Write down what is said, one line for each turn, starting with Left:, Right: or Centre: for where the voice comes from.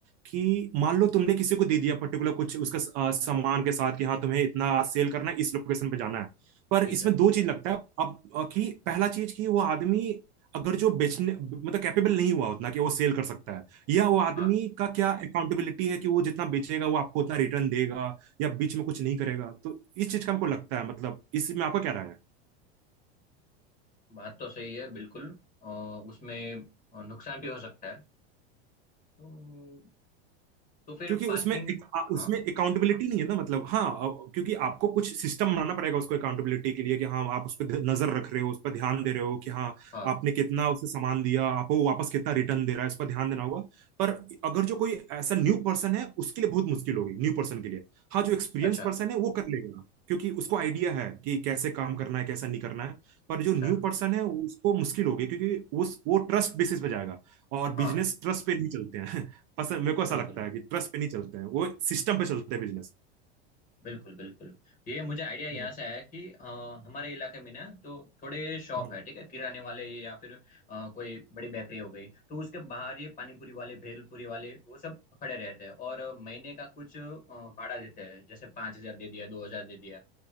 Right: कि मान लो तुमने किसी को दे दिया पर्टिकुलर कुछ उसका अ, सामान के साथ कि हाँ तुम्हें इतना सेल करना है इस लोकेशन पे जाना है पर
Left: ठीक
Right: इसमें
Left: है
Right: दो चीज लगता है अब अ, कि पहला चीज कि वो आदमी अगर जो बेचने मतलब कैपेबल नहीं हुआ उतना कि वो सेल कर सकता है या वो आदमी
Left: हाँ
Right: का क्या अकाउंटेबिलिटी है कि वो जितना बेचेगा वो आपको उतना रिटर्न देगा या बीच में कुछ नहीं करेगा तो इस चीज का हमको लगता है मतलब इसमें आपका क्या राय है
Left: बात तो सही है बिल्कुल अ, उसमें अ, नुकसान भी हो सकता है तो, तो फिर
Right: क्योंकि
Left: पार्किंग
Right: उसमें एक, आ- उसमें
Left: हाँ
Right: अकाउंटेबिलिटी नहीं है ना मतलब हाँ अ, क्योंकि आपको कुछ सिस्टम बनाना पड़ेगा उसको अकाउंटेबिलिटी के लिए कि हाँ आप उस पर ध- नजर रख रहे हो उस पर ध्यान दे रहे हो कि हाँ
Left: हाँ
Right: आपने कितना उसे सामान दिया आपको वो वापस कितना रिटर्न दे रहा है इस पर ध्यान देना होगा पर अगर जो कोई ऐसा न्यू पर्सन है उसके लिए बहुत मुश्किल होगी न्यू पर्सन के लिए हाँ जो एक्सपीरियंस
Left: अच्छा
Right: पर्सन है वो कर लेगा क्योंकि उसको आइडिया है कि कैसे काम करना है कैसा नहीं करना है पर जो
Left: अच्छा
Right: न्यू पर्सन है उसको मुश्किल होगी क्योंकि उस वो ट्रस्ट बेसिस पे जाएगा और बिजनेस
Left: हाँ
Right: ट्रस्ट पे नहीं चलते हैं पसंद मेरे को ऐसा
Left: बिल्कुल
Right: लगता है कि ट्रस्ट पे नहीं चलते हैं वो सिस्टम पे चलते हैं बिजनेस
Left: बिल्कुल बिल्कुल ये मुझे आइडिया यहाँ
Right: हम्म,
Left: से आया कि अ, हमारे इलाके में ना तो थोड़े शॉप
Right: हम्म।
Left: है ठीक है किराने वाले या फिर अ, कोई बड़ी बेकरी हो गई तो उसके बाहर ये पानीपुरी वाले भेलपुरी वाले वो सब खड़े रहते हैं और महीने का कुछ अ, भाड़ा देते हैं जैसे पाँच हजार दे दिया दो हजार दे दिया